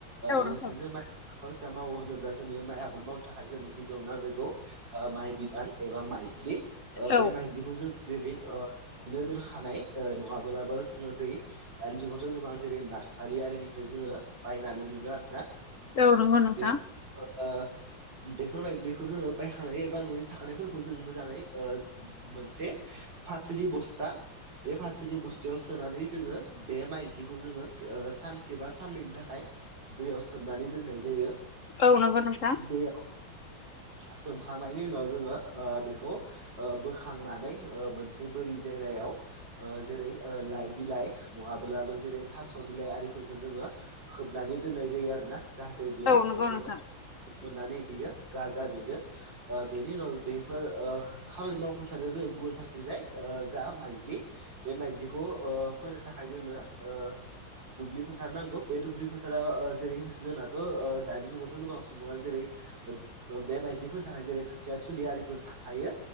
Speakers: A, on the left (about 55°); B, on the right (about 60°).
A: औ
B: लोगोसेनो
A: नोंथां
B: जों माइ आबादखौाैसा मावो होनोब्ला जोंनो माइ आबाद मावनो थाखाय जोंनो गिबियाव नांग्रोगौ माइ बिदान एबा माइज्लि।
A: औ
B: बे माइज्लिखौ जों जेरै बिनो दोरखानाय नङाबो्लाबो जोङो दै दानि जुगावथ' गोबां जेरै नारसि सारि आरिनिफ्राय जोङो बायनानै मोनो आरोना।
A: रौ नोंगौ नोंथां।
B: बे ओ बेफोरबायदिखौ जोङो बायखानाय एबा न'नि थाखानायफोरखौ खौ जों मोजाङै मोनसे फाथोनि बस्था बे फाथोनि बस्थायाव सोनानै जोङो बे माइज्लिखौ जोङो सानसे बा साननैनि थाखाय दैयाव सोमनानै दोननाय जायो।
A: औ नंगौ नोंथां
B: दैयाव
A: <inaudible>
B: सोमखांनायनि उनाव जोङो ओ बेखौ ओ बोखांनानै ओ मोनसे बोरि जायगायाव ओ जेरै ओ लाइ बिलाइ नङाब्लाबो जेरै थास' बिलाइ आरिफोरजों जोङो होबनानै दोननाय जायो आरोना जाहाथे बेयाव
A: औ नंगौ
B: ओ मोजां
A: नोंथां
B: मोननानै बेयो गाजा बेरो ओ बेनि उनाव बेफोर ओ खामानि मावफुथार जोङो गुबुन फारसे जाय ओ जा माइजलि बे माइज्लिखौ ओ फोनो थाखाय जोंनो ओ दुब्लि फोथार नांगौ बे दुब्लि फोथार जाव ओ जेरै जोंनाथ ओ' दानि जुगावथ' गोबां सुबुङानो जेरै बे माइदिफोरनि थाखाय जेरै खोथिया थुलियारिफोर थाखायो।